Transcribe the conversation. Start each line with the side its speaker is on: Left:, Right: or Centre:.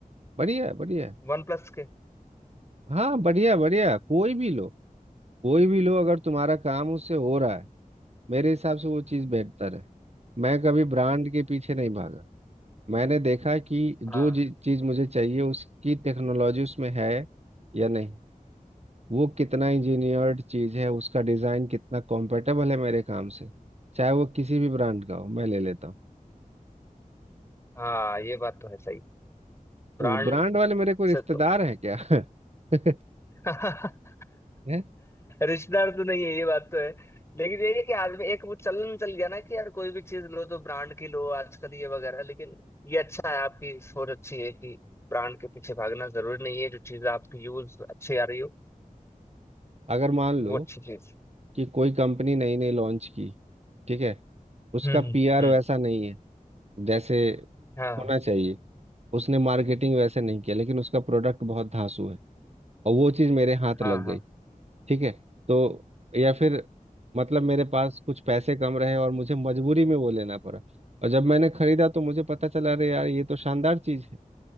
Right: बढ़िया है बढ़िया है
Left: वन प्लस के
Right: हाँ बढ़िया बढ़िया कोई भी लो कोई भी लो अगर तुम्हारा काम उससे हो रहा है मेरे हिसाब से वो चीज़ बेहतर है मैं कभी ब्रांड के पीछे नहीं भागा मैंने देखा कि जो
Left: हाँ
Right: जी- चीज़ मुझे चाहिए उसकी टेक्नोलॉजी उसमें है या नहीं वो कितना इंजीनियर्ड चीज़ है उसका डिज़ाइन कितना कॉम्पेटेबल है मेरे काम से चाहे वो किसी भी ब्रांड का हो मैं ले लेता हूँ
Left: हाँ ये बात तो है सही ब्रांड
Right: वो ब्रांड वाले मेरे कोई रिश्तेदार
Left: से तो
Right: हैं क्या <laughs>
Left: <laughs>
Right: हैं?
Left: रिश्तेदार तो नहीं है ये बात तो है लेकिन ये है कि आदमी एक वो चलन चल गया ना कि यार कोई भी चीज लो तो ब्रांड की लो आजकल ये वगैरह लेकिन ये अच्छा है आपकी सोच अच्छी है कि ब्रांड के पीछे भागना जरूरी नहीं है जो चीज आपकी यूज अच्छी आ रही हो
Right: अगर मान
Left: वो
Right: लो
Left: अच्छी चीज
Right: कि कोई कंपनी नई नई लॉन्च की ठीक है उसका
Left: हम्म
Right: पीआर
Left: हम्म
Right: वैसा नहीं है जैसे
Left: हाँ
Right: होना चाहिए उसने मार्केटिंग वैसे नहीं किया लेकिन उसका प्रोडक्ट बहुत धांसू है और वो चीज़ मेरे हाथ
Left: हाँ
Right: लग
Left: हाँ
Right: गई ठीक है तो या फिर मतलब मेरे पास कुछ पैसे कम रहे और मुझे मजबूरी में वो लेना पड़ा और जब मैंने खरीदा तो मुझे पता चला अरे यार ये तो शानदार चीज़ है